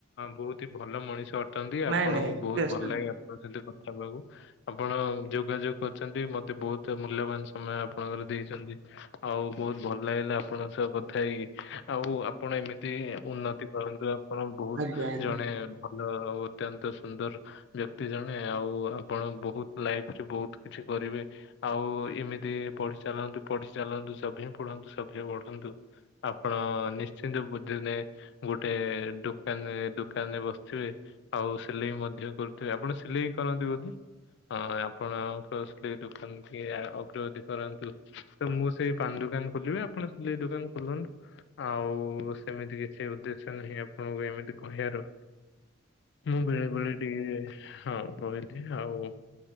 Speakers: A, on the left; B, on the right.
A: ବହୁତ ହି ଭଲ ମଣିଷ ଅ ଅଟନ୍ତି
B: ନାଇଁ
A: ଆପଣଙ୍କୁ
B: ନାଇଁ ଟିକେ
A: ବହୁତ
B: ଆସନ୍ତୁ।
A: ଭଲ ଲାଗି କଥା ହେବାକୁ ଆପଣ ଯୋଗାଯୋଗ କରିଚନ୍ତି ମତେ ବହୁତ ତେ ମୂଲ୍ୟବାନ ସମୟ ଆପଣଙ୍କର ଦେଇଚନ୍ତି ଆଉ ବହୁତ ଭଲ ଲାଗିଲା ଆପଣଙ୍କ ସହ କଥା ହେଇକି। ଆଉ ଆପଣ ଏମିତି ଉନ୍ନତି କରନ୍ତୁ ଆପଣ ବହୁତ
B: ଆଜ୍ଞା ଆଜ୍ଞା।
A: ଜଣେ ଭଲ ଆଉ ଅତ୍ୟନ୍ତ ସୁନ୍ଦର ବ୍ୟକ୍ତି ଜଣେ ଆଉ ଆପଣ ବହୁତ ଲାଇଫରେ ବହୁତ କିଛି କରିବେ। ଆଉ ଏମିତି ପଢି ଚାଲନ୍ତୁ ପଢି ଚାଲନ୍ତୁ ସଭି ପଢନ୍ତୁ ସ ପଢନ୍ତୁ। ଆପଣ ନିଶ୍ଚିନ୍ତ ବୁେ ଗୋଟେ ଦୋକାନରେ ଦୋକାନରେ ବସିଥିବେ। ଆଉ ସିଲେଇ ମଧ୍ୟ କରୁଥିବେ। ଆପଣ ସିଲେଇ କରନ୍ତି ବୋଧେ? ହଁ ଆପଣଙ୍କସ ଦୋକାନ କି ଅଗ୍ରଗତି କରନ୍ତୁ। ତ ମୁଁ ସେଇ ପାନ ଦୋକାନ ଖୋଲିବି ଆପଣ ସିଲେଇ ଦୋକାନ ଖୋଲନ୍ତୁ। ଆଉ ସେମିତି କିଛି ଉଦ୍ଦେଶ୍ୟ ନାହିଁ ଆପଣଙ୍କୁ ଏମିତି କହିବାର। ମୁଁ ବେଳେବେଳେ ଟିକେ ହଁ ରହିଲି ଆଉ